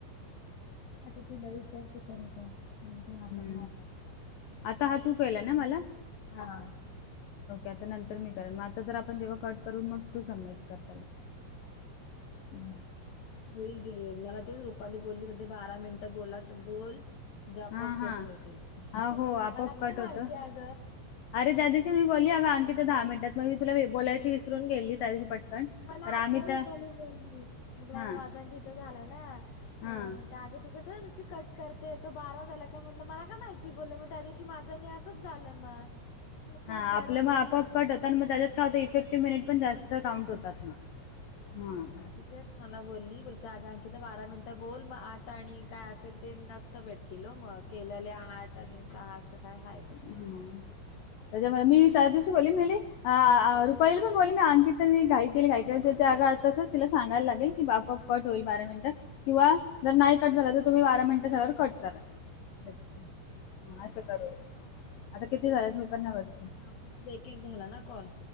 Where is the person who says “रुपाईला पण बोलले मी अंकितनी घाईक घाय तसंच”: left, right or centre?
Left